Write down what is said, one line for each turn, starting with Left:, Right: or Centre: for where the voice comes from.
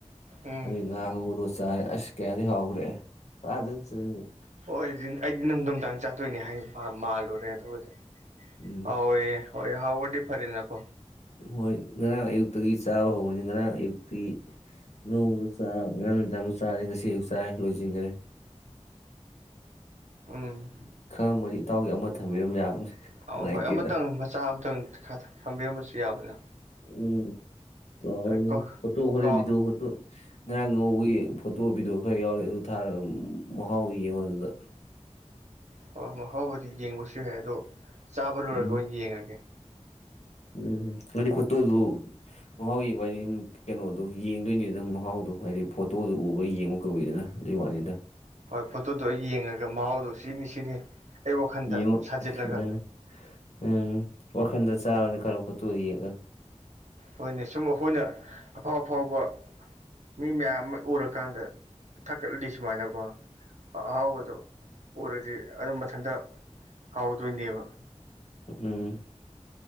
Right: ꯎꯝ
Left: ꯑꯗꯨꯒꯤ ꯉꯥ ꯑꯉꯧꯕꯗꯣ ꯆꯔꯦ ꯑꯁ ꯀꯌꯥꯗꯤ ꯍꯥꯎꯒ꯭ꯔꯦ ꯐꯖꯅ ꯆꯥꯔꯦ
Right: ꯍꯣꯏꯑꯩꯗꯤ ꯑꯩꯗꯤ ꯅꯨꯡꯗꯥꯡ ꯆꯥꯗꯣꯏꯅꯦ ꯍꯥꯏ ꯃꯥꯜꯂꯨꯔꯦ ꯑꯗꯨꯒꯗꯤ
Left: ꯎꯝ
Right: ꯍꯥꯎꯑꯦ ꯍꯣꯏ ꯍꯥꯎꯕꯅꯗꯤ ꯐꯔꯦꯅꯀꯣ
Left: ꯍꯣꯏ ꯉꯔꯥꯡ ꯑꯌꯨꯛꯇꯒꯤ ꯆꯥꯕ ꯍꯧꯕꯅꯤ ꯉꯔꯥꯡ ꯑꯌꯨꯛꯇꯤ ꯅꯣꯡꯃꯗ ꯆꯥ ꯉꯔꯥꯡ ꯅꯨꯡꯗꯥꯡꯁꯨ ꯆꯥꯔꯦ ꯉꯁꯤ ꯑꯌꯨꯛꯁꯨ ꯆꯥꯔꯦ ꯂꯣꯏꯖꯤꯟꯒꯔꯦ
Right: ꯎꯝ
Left: ꯈꯪꯉꯝꯃꯗꯤ ꯏꯇꯥꯎꯒꯤ ꯑꯃ ꯊꯝꯕꯤꯔꯝ ꯌꯥꯕꯅꯤ
Right: ꯑꯥꯎ
Left: ꯅꯨꯡꯉꯥꯏꯇꯦꯗ
Right: ꯍꯣꯏ ꯑꯃꯇꯪ ꯃꯆꯥ ꯑꯃꯇꯪ ꯈꯔ ꯊꯝꯕꯤꯔꯝꯃꯁꯨ ꯌꯥꯕꯅꯤ
Left: ꯎꯝ ꯇꯧꯔꯤꯁꯦ
Right: ꯀꯣ
Left: ꯐꯣꯇꯣ ꯈꯔ
Right: ꯀꯣ
Left: ꯚꯤꯗꯤꯑꯣ ꯐꯣꯇꯣ ꯉꯔꯥꯡ ꯉꯧꯕꯒꯤ ꯐꯣꯇꯣ ꯚꯤꯗꯤꯑꯣ ꯈꯔ ꯌꯥꯎꯔꯤ ꯑꯗꯨ ꯊꯥꯔꯒ ꯃꯍꯥꯎ ꯌꯦꯡꯉꯣ ꯑꯗꯨꯗ
Right: ꯍꯣꯏ ꯃꯍꯥꯎꯕꯨꯗꯤ ꯌꯦꯡꯕꯁꯨ ꯌꯥꯏ ꯑꯗꯣ ꯆꯥꯕ ꯂꯣꯏꯔꯒ
Left: ꯎꯝ
Right: ꯑꯣꯏꯅ ꯌꯦꯡꯉꯒꯦ <inaudible>
Left: ꯎꯝ ꯑꯗꯨꯗꯤ ꯐꯣꯇꯣꯗꯨ ꯃꯍꯥꯎ ꯌꯦꯡꯕ ꯍꯥꯏꯗꯤ ꯀꯩꯅꯣꯗꯣ ꯌꯦꯡꯗꯣꯏꯅꯤꯗꯅ ꯃꯍꯥꯎꯗꯣ ꯍꯥꯏꯗꯤ ꯐꯣꯇꯣꯗꯨ ꯎꯕꯒ ꯌꯦꯡꯕ ꯀꯧꯏꯗꯅ ꯑꯗꯨꯒꯤ ꯋꯥꯅꯤꯗ
Right: ꯍꯣꯏ ꯐꯣꯇꯣꯗꯣ ꯑꯩ ꯌꯦꯡꯉꯒꯦ ꯃꯍꯥꯎꯗꯣ ꯁꯤꯅꯤ ꯁꯤꯅꯤ ꯑꯩ ꯋꯥꯈꯟꯗ
Left: ꯌꯦꯡꯉꯣ
Right: ꯁꯥꯖꯤꯜꯂꯒ
Left: ꯎꯝ ꯎꯝ ꯋꯥꯈꯟꯗ ꯆꯥꯕꯅꯤ ꯈꯜꯂꯣ ꯐꯣꯇꯣ ꯌꯦꯡꯉꯒ
Right: ꯍꯣꯏꯅꯦ ꯁꯨꯝ ꯑꯩꯈꯣꯏꯅ ꯑꯐꯥꯎ ꯑꯐꯥꯎꯕ ꯃꯤ ꯃꯌꯥꯝ ꯑꯃ ꯎꯔꯀꯥꯟꯗ ꯊꯛꯀꯠꯂꯗꯤ ꯁꯨꯃꯥꯏꯅꯀꯣ ꯑꯍꯥꯎꯕꯗꯣ ꯎꯔꯗꯤ ꯑꯗꯨꯝ ꯃꯊꯟꯇ ꯍꯥꯎꯗꯣꯏꯅꯦꯕ
Left: ꯎꯝ